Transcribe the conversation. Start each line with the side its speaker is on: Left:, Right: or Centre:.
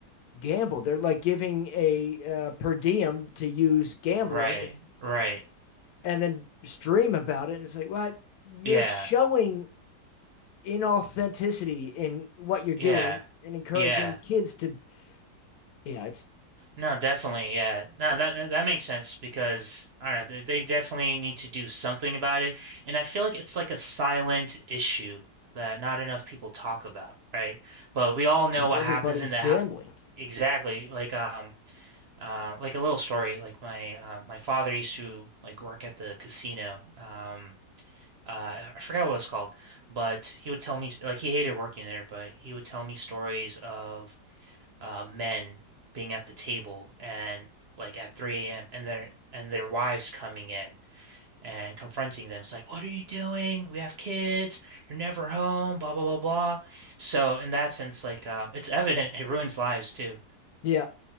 Left: gamble. They're like giving a uh, per diem to use gambling
Right: Right.
Left: and,
Right: Right.
Left: and then stream about it. And it's like, what Well, you're
Right: Yeah.
Left: showing inauthenticity in what you're doing
Right: Yeah.
Left: and encouraging
Right: Yeah.
Left: kids to. Yeah, it's
Right: No, definitely, yeah. No, that that makes sense because I don't know, they, they definitely need to do something about it, and I feel like it's like a silent issue that not enough people talk about, right? But we all know
Left: because
Right: what
Left: everybody's
Right: happens in the
Left: gambling.
Right: hou- exactly like um uh like a little story like my uh, my father used to like work at the casino um uh I forgot what it was called, but he would tell me like he hated working there, but he would tell me stories of uh, men being at the table and like at 3 a.m. and their and their wives coming in and confronting them. It's like, what are you doing? We have kids. You're never home. Blah blah blah blah. So in that sense, like, um, it's evident it ruins lives too.
Left: Yeah.